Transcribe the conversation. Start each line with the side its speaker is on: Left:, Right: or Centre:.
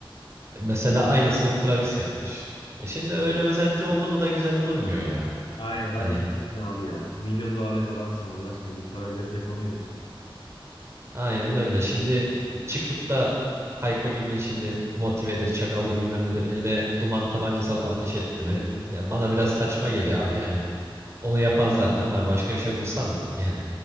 Right: Mesela aynısını Travis yapmış. E şimdi
Left: Ya,
Right: öyle özenti oldu mu da güzel durmuyor ya.
Left: Aynen hadi
Right: Hani
Left: git gitsin abi ya. Milyon dolarlık adamsın Allah aşkına bir koreografi yapamıyor musun?
Right: aynen öyle. Şimdi çıkıp da Hayko gibi şimdi motivedir, çakaldır bilmem nedir eline duman tabancası alıp ateş etti mi? Ya bana biraz saçma geliyor abi yani. Onu yapan zaten var. Başka bir şey bulsana yani.